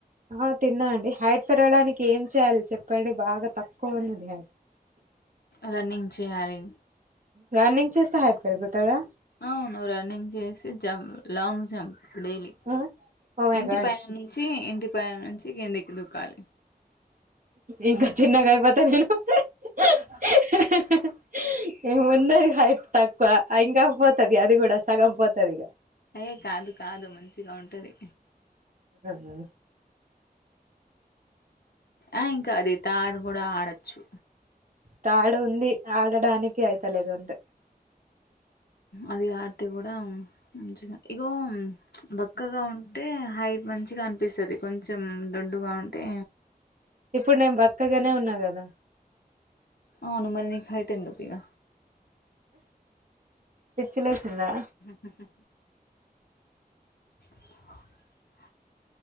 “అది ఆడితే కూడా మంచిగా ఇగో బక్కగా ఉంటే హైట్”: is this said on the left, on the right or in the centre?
Left